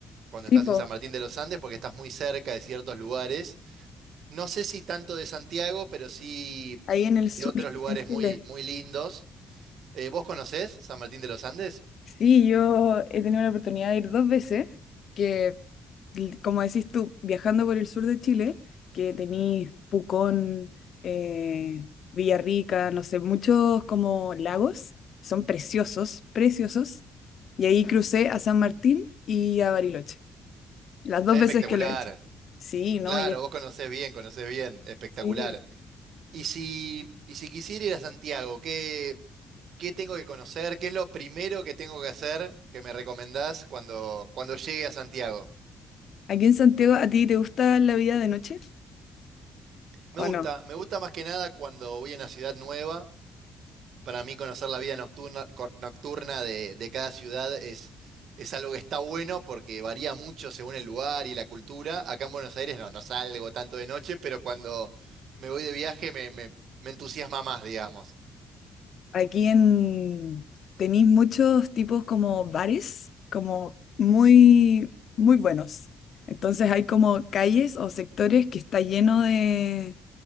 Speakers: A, on the right; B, on the left.
A: cuando
B: Tipo,
A: estás en San Martín de los Andes porque estás muy cerca de ciertos lugares. No sé si tanto de Santiago, pero sí
B: ahí en el
A: de
B: sur,
A: otros lugares
B: en Chile.
A: muy, muy lindos. Eh, ¿vos conocés San Martín de los Andes?
B: Sí, yo he tenido la oportunidad de ir dos veces, que l- como decís tú, viajando por el sur de Chile, que tenís Pucón, eh, Villarrica, no sé, muchos como lagos, que son preciosos, preciosos, y ahí crucé a San Martín y a Bariloche, las dos
A: Espectacular.
B: veces que lo he hecho. Sí, no,
A: Claro,
B: ya,
A: vos conocés bien, conocés bien. Espectacular.
B: sí.
A: Y si, y si quisiera ir a Santiago, ¿qué, qué tengo que conocer? ¿Qué es lo primero que tengo que hacer que me recomendás cuando, cuando llegue a Santiago?
B: ¿Aquí en Santiago a ti te gusta la vida de noche
A: Me
B: o
A: gusta,
B: no?
A: me gusta más que nada cuando voy a una ciudad nueva. Para mí conocer la vida nocturna, co- nocturna de, de cada ciudad es, es algo que está bueno porque varía mucho según el lugar y la cultura. Acá en Buenos Aires no, no salgo tanto de noche, pero cuando me voy de viaje me, me- me entusiasma más, digamos.
B: Aquí en tenéis muchos tipos como bares, como muy, muy buenos. Entonces hay como calles o sectores que está lleno de,